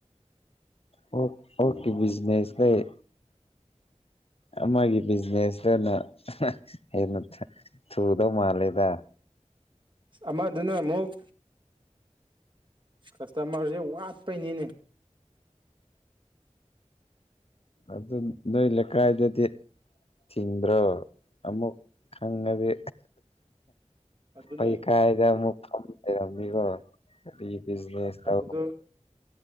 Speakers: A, on the left; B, on the right.
A: ꯑꯣ ꯑꯣꯀꯦ ꯕꯤꯖꯤꯅꯦꯁ ꯂꯩ ꯑꯃꯒꯤ ꯕꯤꯖꯤꯅꯦꯁꯇꯅ ꯍꯦꯟꯅ ꯊꯨꯗꯧ ꯃꯥꯜꯂꯦꯗ
B: ꯑ ꯑꯃꯗꯨꯅ ꯑꯃꯨꯛ ꯀꯁꯇꯃꯔꯁꯦ ꯋꯥꯠꯄꯩꯅꯤꯅꯦ
A: ꯑꯗꯨꯗꯤ ꯅꯣꯏ ꯂꯩ ꯀꯥꯏꯗꯗꯤ ꯆꯤꯟꯗ꯭ꯔꯣ ꯑꯃꯨꯛ ꯈꯪꯉꯗꯤ
B: ꯑꯗꯨꯅꯦ
A: ꯄꯩ ꯀꯥꯏꯗ ꯑꯃꯨꯛ ꯐꯔ ꯒ ꯑꯗꯨ ꯕꯤꯖꯤꯅꯦꯁ
B: ꯑꯗꯨꯗꯣ